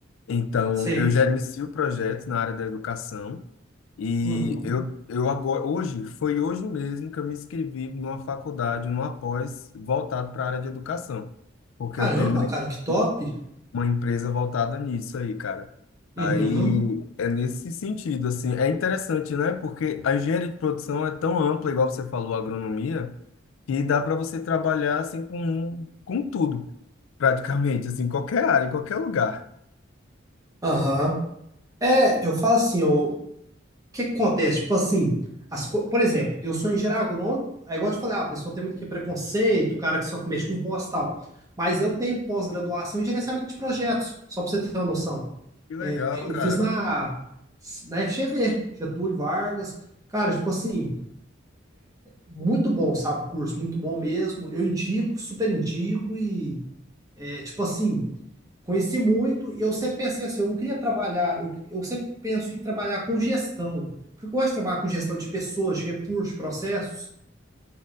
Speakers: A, on the left (about 80°); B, on the right (about 15°).
A: Então,
B: sei.
A: eu gerencio projetos na área da educação. E
B: Uhum.
A: eu, eu agora, hoje, foi hoje mesmo que eu me inscrevi numa faculdade, numa pós, voltado para a área de educação, porque
B: Caramba,
A: eu tenho
B: cara, que top.
A: uma, uma empresa voltada nisso aí, cara.
B: Uhum,
A: Aí é nesse sentido, assim, é interessante, né? Porque a engenharia de produção é tão ampla, igual você falou, a agronomia, que dá para você trabalhar assim com, com tudo, praticamente, assim, em qualquer área, em qualquer lugar.
B: aham. É, eu falo assim, ô, que que acontece? Tipo assim, as co- por exemplo, eu sou engenheiro agrônomo, é igual eu te falei, ah, a pessoa tem muito que é preconceito, o cara que só mexe com roça e tal. Mas eu tenho pós-graduação em gerenciamento de projetos, só para você ter uma noção.
A: Que legal,
B: É, é, eu
A: cara.
B: fiz na, na FGV, Getúlio Vargas. Cara, tipo assim, muito bom, sabe, o curso, muito bom mesmo. Eu indico, super indico e, é, tipo assim, Conheci muito e eu sempre pensei assim, eu não queria trabalhar, eu, eu sempre penso em trabalhar com gestão, porque eu gosto de trabalhar com gestão de pessoas, recursos, processos.